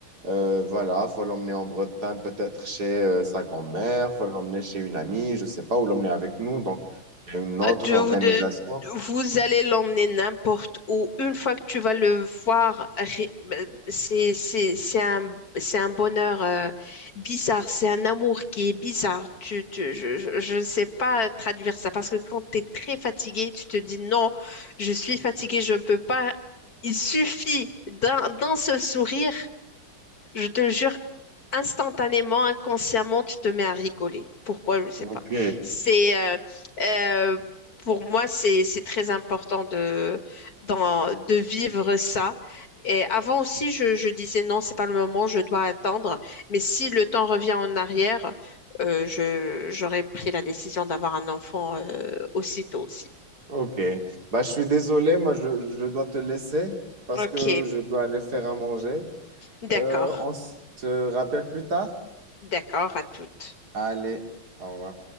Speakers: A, on the right; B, on the left.
A: euh, voilà, faut l'emmener en Bretagne, peut-être chez euh, sa grand-mère, faut l'emmener chez une amie, je sais pas, ou l'emmener avec nous. Donc, il y a une autre
B: Euh, tu-
A: organisation.
B: vous, de- vous allez l'emmener n'importe où. Une fois que tu vas le voir, ri- ben, c'est, c'est, c'est un, c'est un bonheur euh, bizarre. C'est un amour qui est bizarre. Tu, tu- je, je, je ne sais pas traduire ça parce que quand tu es très fatigué, tu te dis non, je suis fatigué, je ne peux pas. Il suffit d'un, d'un seul sourire. Je te jure, instantanément, inconsciemment, tu te mets à rigoler. Pourquoi, je ne sais
A: Ok.
B: pas. C'est euh, euh, pour moi, c'est c'est très important de d'en- de vivre ça. Et avant aussi, je, je disais non, c'est pas le moment, je dois attendre. Mais si le temps revient en arrière, euh, je j'aurais pris la décision d'avoir un enfant euh, aussitôt aussi.
A: Ok. Bah, je suis désolé, moi, je, je dois te laisser parce
B: Ok,
A: que je dois aller faire à manger.
B: d'accord,
A: Euh, on se rappelle plus tard?
B: d'accord à toutes.
A: Allez, au revoir.